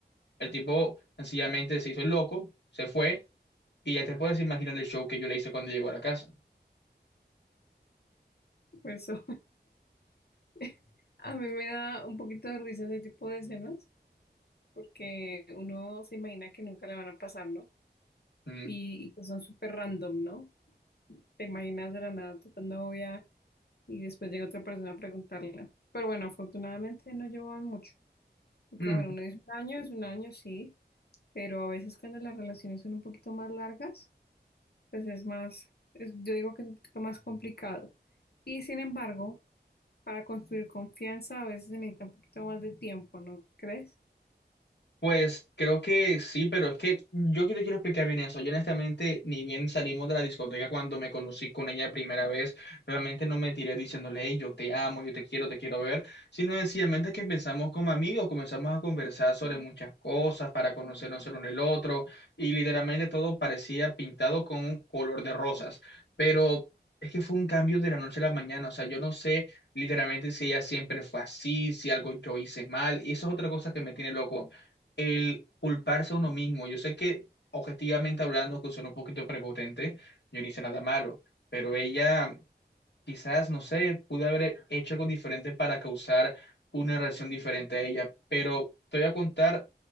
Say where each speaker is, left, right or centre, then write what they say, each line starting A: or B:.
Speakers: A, on the left; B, on the left.
A: El tipo sencillamente se hizo el loco, se fue, y ya te puedes imaginar el show que yo le hice cuando llegó a la casa.
B: Por eso <laughs> a mí me da un poquito de risa ese tipo de escenas, porque uno se imagina que nunca le van a pasar, ¿no?
A: Mm,
B: Y, y que son súper random, ¿no? Te imaginas de la nada tu novia y después llega otra persona a preguntarle. Pero bueno, afortunadamente no llevaban mucho. Porque
A: mm,
B: bueno, uno es un año, es un año, sí, pero a veces cuando las relaciones son un poquito más largas, pues es más, es- yo digo que es un poquito más complicado. Y sin embargo, para construir confianza a veces se necesita un poquito más de tiempo, ¿no crees?
A: Pues creo que sí, pero es que yo que te quiero explicar bien eso. Yo honestamente ni bien salimos de la discoteca cuando me conocí con ella la primera vez, realmente no me tiré diciéndole, "Hey, yo te amo, yo te quiero, te quiero ver, sino sencillamente que empezamos como amigos, comenzamos a conversar sobre muchas cosas para conocernos el uno el otro y literalmente todo parecía pintado con un color de rosas, pero... Es que fue un cambio de la noche a la mañana, o sea, yo no sé literalmente si ella siempre fue así, si algo yo hice mal, y eso es otra cosa que me tiene loco el culparse a uno mismo. Yo sé que objetivamente hablando, que suena un poquito prepotente, yo no hice nada malo, pero ella quizás, no sé, pudo haber hecho algo diferente para causar una reacción diferente a ella, pero te voy a contar